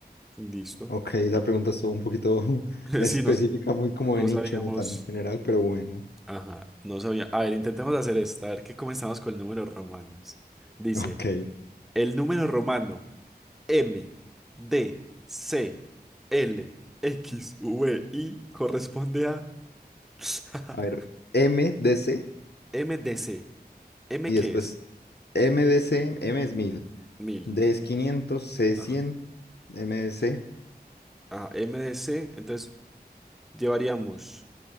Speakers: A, in the centre; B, on the left.
A: Listo.
B: Ok, la pregunta estuvo un poquito <laughs>
A: <laughs>
B: específica,
A: Sí, no,
B: muy como
A: no
B: de nicho,
A: sabíamos.
B: no tan general, pero bueno.
A: Ajá, no sabía. A ver, intentemos hacer esta. A ver qué comenzamos con números romanos. Dice,
B: Ok.
A: el número romano M, D, C, L, X, V, I corresponde a. <laughs>
B: A ver, MDC
A: MDC. ¿M
B: y
A: qué
B: después
A: es?
B: MDC, M es 1000,
A: mil.
B: D es 500, C es
A: Ajá.
B: 100, MDC
A: Ah, MDC. Entonces llevaríamos